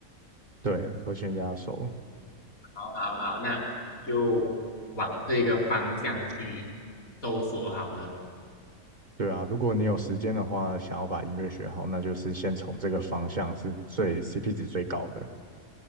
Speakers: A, on the right; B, on the left.
A: 对，和弦压手，
B: 好好，那就往这个方向去搜索好了。
A: 对啊，如果你有时间的话，想要把音乐学好，那就是先从这个方向是最 CP 值最高的。